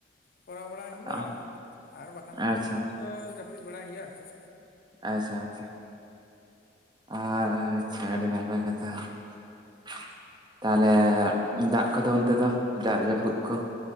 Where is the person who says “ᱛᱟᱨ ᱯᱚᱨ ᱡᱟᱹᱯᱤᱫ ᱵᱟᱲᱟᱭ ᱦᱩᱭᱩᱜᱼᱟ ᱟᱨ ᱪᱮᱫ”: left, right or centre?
Left